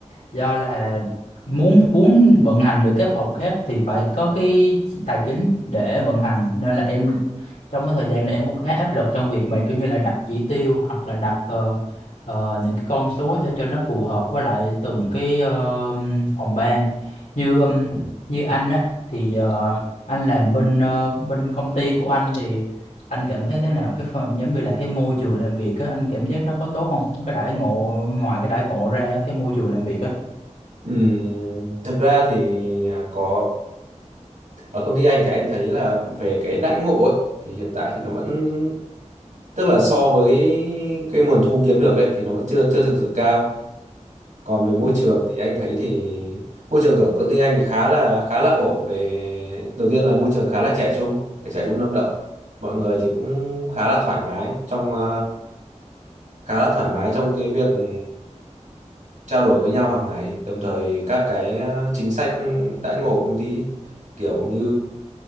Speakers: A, on the left (about 80°); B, on the right (about 80°).
A: do là muốn muốn vận hành được các phòng khác thì phải có cái tài chính để vận hành nên là em trong cái thời gian này em cũng khá áp lực trong việc mà kiểu như là đặt chỉ tiêu hoặc là đặt ờ, ờ, những cái con số sao cho nó phù hợp với lại từng cái ờ, phòng ban như ừm, như anh á thì ờ, anh làm bên ờ, bên công ty của anh thì anh cảm thấy thế nào cái phần giống như là cái môi trường làm việc á anh cảm giác nó có tốt không cái đãi ngộ ngoài cái đãi ngộ ra cái môi trường làm việc á
B: Ừm, thực ra thì à, có ở công ty anh thì anh thấy là về cái đãi ngộ ấy thì hiện tại thì nó vẫn tức là so với cái nguồn thu kiếm được ấy thì nó vẫn chưa chưa thực sự cao còn về môi
A: Ừ.
B: trường thì anh thấy thì môi trường của công ty anh thì khá là khá là ổn về đầu tiên là môi trường khá là trẻ trung phải trẻ trung năng động mọi người thì cũng khá là thoải mái trong ờ, khá là thoải mái trong cái việc ừm, trao đổi với nhau hàng ngày đồng thời các cái ờ, chính sách đãi ngộ của công ty ấy, kiểu như